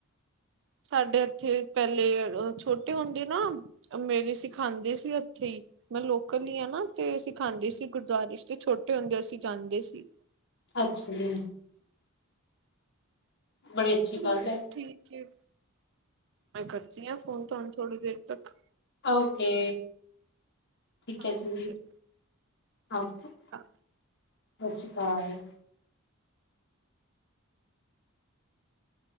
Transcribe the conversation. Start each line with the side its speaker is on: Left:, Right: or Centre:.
Right: ਸਾਡੇ ਇੱਥੇ ਪਹਿਲੇ ਔ ਛੋਟੇ ਹੁੰਦੇ ਨਾ ਮੈਂ ਵੀ ਸਿਖਾਂਦੀ ਸੀ ਔਥੇ ਈ। ਮੈਂ ਲੋਕਲ ਈ ਐ ਨਾ ਤੇ ਸਿਖਾਂਦੀ ਸੀ ਗੁ <unintelligible> ਤੇ ਛੋਟੇ ਹੁੰਦੇਆਂ ਅਸੀਂ ਜਾਂਦੇ ਸੀ
Left: ਅੱਛਾ ਜੀ ਬੜੀ ਅੱਛੀ
Right: ਚਲੋ,
Left: ਗੱਲ
Right: ਫਿਰ
Left: ਹੈ।
Right: ਠੀਕ ਜੇ ਮੈਂ ਕਰਦੀ ਆ ਫੋਨ ਤੁਹਾਨੂੰ ਥੋੜ੍ਹੀ ਦੇਰ ਤਕ
Left: ਓਕੇ ਠੀਕ
Right: ਚਲੋ
Left: ਹੈ ਜੀ,
Right: ਸਤਿ
Left: ਓਕੇ
Right: ਸ਼੍ਰੀ
Left: ਸਤਿ
Right: ਅਕਾਲ
Left: ਸ਼੍ਰੀ ਅਕਾਲ